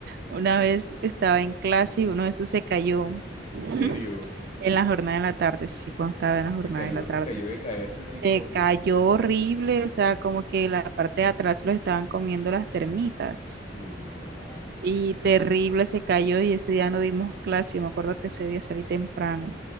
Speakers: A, on the right (about 55°); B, on the left (about 40°).
A: una vez estaba en clase y uno de esos se cayó
B: ¿En
A: <laughs>
B: serio?
A: en la jornada de la tarde, sí, cuando estaba en la jornada
B: Se cayó,
A: de la tarde.
B: se cayó de caerse así
A: Se
B: como que...
A: cayó horrible, o sea, como que la parte de atrás se lo estaban comiendo las termitas.
B: Uy, no.
A: Y terrible se cayó y ese día no dimos clase. Yo me acuerdo que ese día salí temprano.